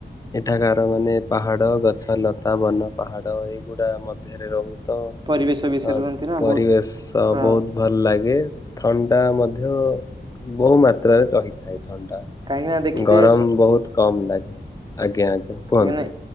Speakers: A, on the left; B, on the right.
A: ଏଠାକାର ମାନେ ପାହାଡ, ଗଛ, ଲତା, ବନ, ପାହାଡ ଏଇଗୁଡା ମଧ୍ୟରେ ରହୁ ତ
B: ପରିବେଶ ବିଷୟରେ
A: ଅ
B: କୁହନ୍ତି ନା
A: ପରିବେଶ
B: ବହୁତ ହଁ
A: ବହୁତ ଭଲ ଲାଗେ। ଥଣ୍ଡା ମଧ୍ୟ ବହୁ ମାତ୍ରାରେ ରହିଥାଏ। ଥଣ୍ଡା
B: କାହିଁକି ନା ଦେଖିଥିବେ
A: ଗରମ ବହୁତ କମ ଲାଗେ। ଆଜ୍ଞା ଆଜ୍ଞା।
B: କାହିଁକିନା
A: କୁହନ୍ତୁ।